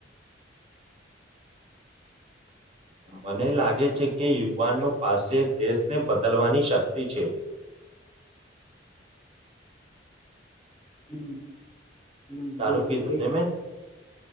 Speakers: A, on the right; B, on the left.
A: મને લાગે છે કે યુવાનો પાસે દેશને બદલવાની શક્તિ છે. <inaudible>
B: હમ. હમ
A: સારું
B: જોવા
A: કીધું
B: ત
A: ને મેં?